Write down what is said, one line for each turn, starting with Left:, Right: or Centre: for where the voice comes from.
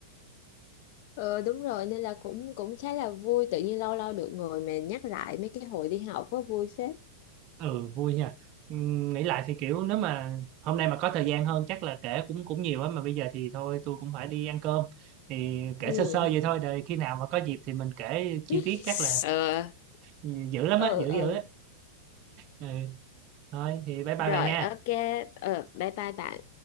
Left: Ờ đúng rồi nên là cũng cũng khá là vui tự nhiên lâu lâu được ngồi mà nhắc lại mấy cái hồi đi học có vui phết
Right: ừ vui nha Ừm, nghĩ lại thì kiểu nếu mà hôm nay mà có thời gian hơn chắc là kể cũng cũng nhiều á mà bây giờ thì thôi tôi cũng phải đi ăn cơm thì kể
Left: ừ
Right: sơ sơ vậy thôi rồi khi nào mà có dịp thì mình kể chi
Left: <laughs>
Right: tiết chắc là
Left: ờ
Right: dữ lắm
Left: ừ
Right: á dữ
Left: ừ
Right: dữ á ừ. thôi thì bye bye bà
Left: rồi
Right: nha
Left: ok ờ bye bye bạn